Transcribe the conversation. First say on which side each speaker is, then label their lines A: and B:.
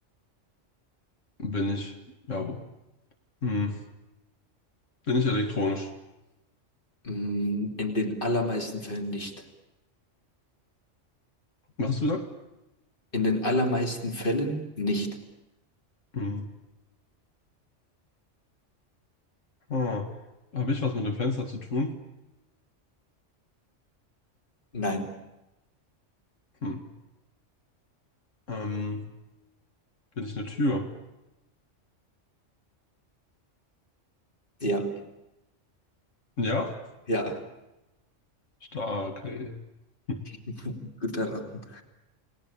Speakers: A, on the left; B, on the left.
A: Bin ich. Ja, wo- hm. Bin ich elektronisch?
B: Mm, In den allermeisten Fällen nicht.
A: Was hast du gesagt?
B: In den allermeisten Fällen nicht.
A: Hm. Ah. Habe ich was mit dem Fenster zu tun?
B: Nein,
A: Hm. Ähm, bin ich eine Tür?
B: ja,
A: Ja?
B: ja.
A: Stark, ey. <laughs>
B: <laughs> Gut erraten.